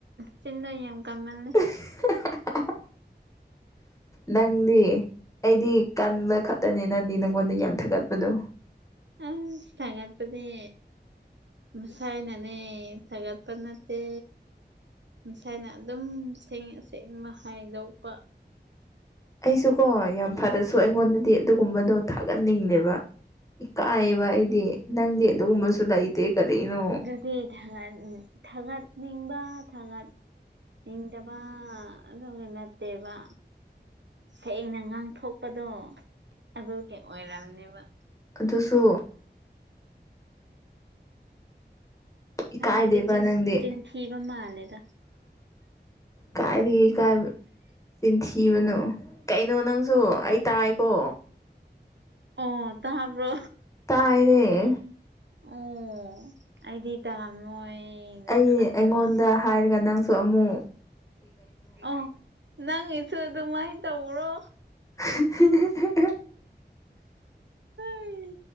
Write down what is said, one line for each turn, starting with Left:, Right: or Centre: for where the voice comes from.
Right: ꯆꯤꯟꯅ ꯌꯥꯝ ꯀꯟꯃꯜꯂꯦ
Left: <unintelligible> ꯅꯪꯗꯤ ꯑꯩꯗꯤ ꯀꯟꯕ ꯈꯛꯇꯅꯦ ꯅꯪꯗꯤ ꯅꯉꯣꯟꯗ ꯌꯥꯝꯟ ꯊꯥꯒꯠꯄꯗꯣ
Right: ꯑꯁ ꯊꯥꯒꯠꯄꯗꯤ ꯃꯁꯥꯏꯅꯅꯦ ꯊꯥꯒꯠꯄ ꯅꯠꯇꯦ ꯃꯁꯥꯏꯅ ꯑꯗꯨꯝ ꯁꯦꯡ ꯑꯁꯦꯡꯕ ꯍꯥꯏꯗꯣꯛꯄ
Left: ꯑꯩꯁꯨꯀꯣ ꯌꯥꯝ ꯐꯔꯁꯨ ꯑꯩꯉꯣꯟꯗꯗꯤ ꯑꯗꯨꯒꯨꯝꯕꯗꯣ ꯊꯥꯒꯠꯅꯤꯡꯗꯦꯕ ꯏꯀꯥꯏꯌꯦꯕ ꯑꯩꯗꯤ ꯅꯪꯗꯤ ꯑꯗꯨꯒꯨꯝꯕꯁꯨ ꯂꯩꯇꯦ ꯀꯔꯤꯅꯣ
Right: ꯑ ꯊꯥꯒꯠ ꯊꯥꯒꯠꯅꯤꯡꯕ ꯊꯥꯒꯠ ꯅꯤꯡꯗꯕ ꯑꯗꯨꯒꯤ ꯅꯠꯇꯦꯕ ꯁꯦꯡꯅ ꯉꯥꯡꯊꯣꯛꯄꯗꯣ ꯑꯗꯨꯒꯤ ꯑꯣꯏꯔꯝꯅꯤꯕ
Left: ꯑꯗꯨꯁꯨ ꯏꯀꯥꯏꯗꯦꯕ
Right: ꯅꯪꯉꯤꯗꯤ ꯆꯤꯡ
Left: ꯅꯪꯗꯤ
Right: ꯆꯤꯟ ꯊꯤꯕ ꯃꯥꯜꯂꯦꯗ
Left: ꯀꯥꯏꯗꯒꯤ ꯀꯥꯏꯕ ꯆꯤꯟꯊꯤꯕꯅꯣ ꯀꯩꯅꯣ ꯅꯪꯁꯨ ꯑꯩ ꯇꯥꯏꯀꯣ
Right: ꯑꯣ ꯇꯥꯕ꯭ꯔꯣ
Left: ꯇꯥꯏꯅꯦ
Right: ꯑꯣ ꯑꯩꯗꯤ ꯇꯥꯔꯝꯃꯣꯏꯅ
Left: ꯑꯩ
Right: ꯈꯟꯕ
Left: ꯑꯩꯉꯣꯟꯗ ꯍꯥꯏꯔꯒ ꯅꯪꯁꯨ ꯑꯃꯨ
Right: ꯑꯣ ꯅꯪꯒꯤꯁꯨ ꯑꯗꯨꯃꯥꯏ ꯇꯧꯕ꯭ꯔꯣ
Left: <unintelligible>
Right: ꯍꯩ